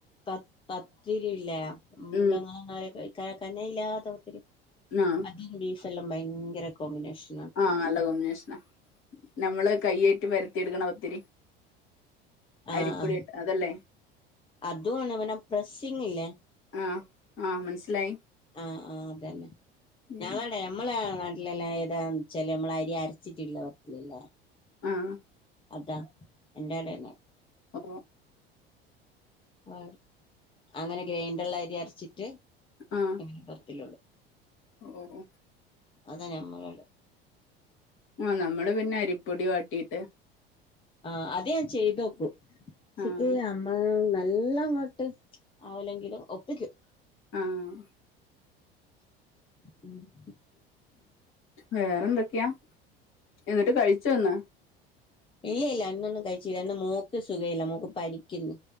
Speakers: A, on the left (about 15°); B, on the left (about 40°).
A: പത് പത്തിരില്ലേ <unintelligible>
B: ഉം
A: ക കനയില്ലാതെ പത്തിരി
B: ആഹ്
A: അതും ബീഫല്ലാം ഭയങ്കര കോമ്പിനേഷൻ
B: ആഹ് നല്ല കോമ്പിനേഷന നമ്മള് കയ്യേറ്റ്് പരത്തിയെടുക്ക്ണ പത്തിരി
A: ആ
B: അരിപ്പൊടിട്ട്
A: ആ
B: അതല്ലേ
A: അതുവാണ് പിന്നെ പ്രസ്സിങ്ല്ലേ
B: ആഹ് ആഹ് മനസ്സിലായി
A: ആഹ് ആ അതന്നെ
B: ഉം
A: ഞങ്ങളടെ നമ്മളെ നാട്ടിലെല്ലാം താന്ന് വച്ചാല് നമ്മള അരി അരച്ചിട്ട്ള്ള പത്തിരി ല്ലേ
B: ആഹ്
A: അതാ എന്റെ ആടന്നെ
B: ഓ
A: ആ അങ്ങനെ ഗ്രൈൻഡർല് അരി അരച്ചിട്ട്
B: ആഹ്
A: അങ്ങന പത്തിലുടു
B: ഓഹ്
A: അത ഞമ്മളോട്
B: ആഹ് നമ്മള് പിന്നെ അരിപ്പൊടി വാട്ടിട്ട്
A: ആ അത് ഞാൻ ചെയ്തോക്കും ശ
B: ആഹ്
A: ആനല്ല അങ്ങോട്ട് ആവില്ലെങ്കിലും ഒപ്പിക്കും
B: ആഹ്
A: ഉം <inaudible>
B: വേറെന്തക്ക്യ എന്നിട്ട് കഴിച്ചോന്ന്
A: ഇല്ല ല്ല ഇന്നൊന്നും കഴിച്ചിില്ല ഇന്ന് മോക്ക് സുഖ ഇല്ല മോക്ക് പരിക്കുന്നു